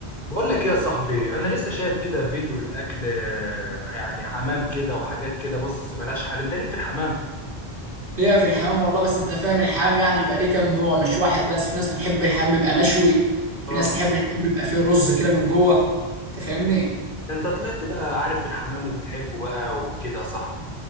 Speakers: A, on the left; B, on the right.
A: بقول لك ايه يا صاحبي انا لسه شايف كده فيديو للاكل آه، يعني حمام كده وحاجات كده بص ملهاش حل انت ليك في الحمام
B: ليا في الحمام والله بس انت فاهم الحمام يعني بيبقى ليه كام نوع مش واحد بس في ناس بتحب الحمام بيبقى مشوي في
A: اه
B: ناس تحب الحمام بيبقى فيه رز كده من جوه انت فاهمني
A: ده انت طلعت بقى عارف الحمام وبتحبه بقى وكده يا صاحبي